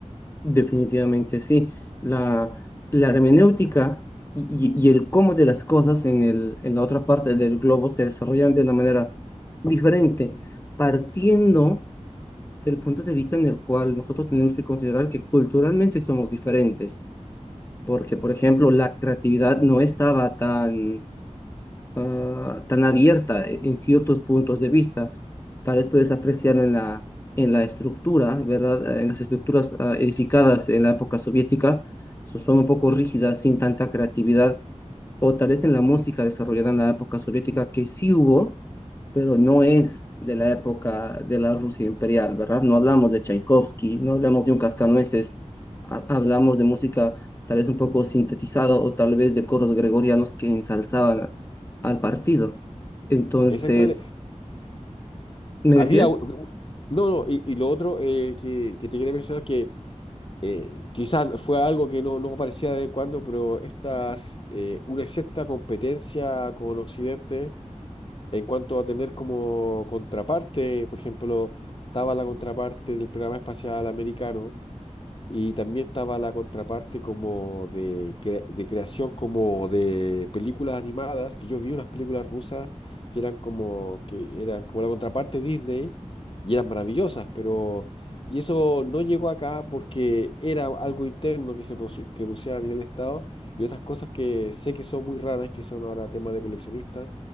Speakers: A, on the left; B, on the left.
A: Definitivamente sí. La, la hermenéutica y, y- y el cómo de las cosas en el, en la otra parte del globo se desarrollan de una manera diferente, partiendo del punto de vista en el cual nosotros tenemos que considerar que culturalmente somos diferentes, porque, por ejemplo, la creatividad no estaba tan ah, tan abierta e- en ciertos puntos de vista. Tal vez puedes apreciar en la, en la estructura, ¿verdad? Ah, En las estructuras ah, edificadas en la época soviética, so- son un poco rígidas, sin tanta creatividad, o tal vez en la música desarrollada en la época soviética, que sí hubo, pero no es de la época de la Rusia imperial, ¿verdad? No hablamos de Tchaikovsky, no hablamos de un cascanueces, ha- hablamos de música tal vez un poco sintetizada o tal vez de coros gregorianos que ensalzaban al partido. Entonces,
B: Exactamente.
A: ¿me
B: Había,
A: decías?
B: u- u- no, no, y, y lo otro eh, que, que te quería mencionar que eh, quizás fue algo que no, no aparecía de vez en cuando, pero estas, eh, una cierta competencia con Occidente en cuanto a tener como contraparte, por ejemplo, estaba la contraparte del programa espacial americano Y también estaba la contraparte como de, cre- de creación como de películas animadas, que yo vi unas películas rusas que eran como, que eran como la contraparte Disney y eran maravillosas, pero y eso no llegó acá porque era algo interno que se produ- que producía a nivel Estado y otras cosas que sé que son muy raras, que son ahora temas de coleccionistas.